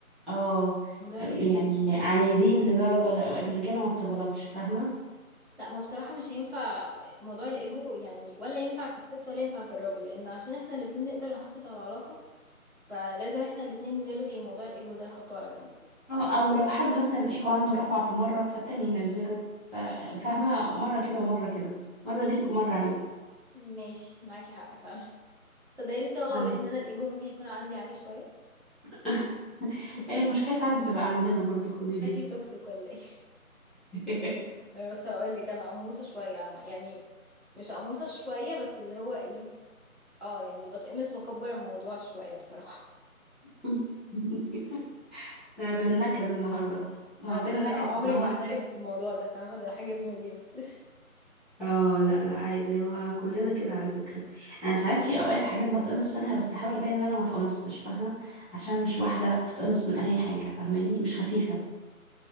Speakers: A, in the centre; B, on the right (about 50°).
A: اه
B: موضوع
A: يعني
B: الايجو ده
A: عنيدين لدرجة غ- الرجالة ما بتغلطش فاهمة
B: لا ما بصراحة مش هينفع موضوع الايجو يعني ولا ينفع في الست ولا ينفع في الراجل لان عشان احنا الاتنين نقدر نحافظ على العلاقة فلازم احنا الاتنين نلغي موضوع الايجو ده نحطه على جنب
A: أو, أو لو حد مثلا الإيجو عنده رفع في مرة فالتاني ينزله ف- فاهمة مرة كده ومرة كده مرة ليك ومرة عليك
B: ماشي معاكي حق فعلا <laughs> تصدقي لسه واخدة
A: اه
B: بالي ان انا الايجو ممكن يكون عندي عالي شوية
A: <laughs>
B: <laughs>
A: هي المشكلة ساعات بتبقى عندنا برضو خدي
B: شكلي توكسيك ولا ايه
A: بالك
B: <laughs> بس هقول لك انا قموصه شويه عم- يعني مش قموصه شويه بس اللي هو ايه اه يعني بتقمص واكبر الموضوع شويه بصراحه
A: <laughs> ده ده النكد النهاردة
B: <laughs>
A: عندنا
B: اه بس
A: نكد
B: لا عمري
A: النهاردة
B: ما اعترف بالموضوع ده فاهمه ده حاجه بيني وبينك <laughs> كده
A: اه لا لا عادي هو كلنا كده على فكرة انا ساعات في اوقات حاجات بتقمص منها بس احاول ابين ان انا ما اتقمصتش فاهمة عشان مش واحدة بتتقمص من اي حاجة فاهماني مش خفيفة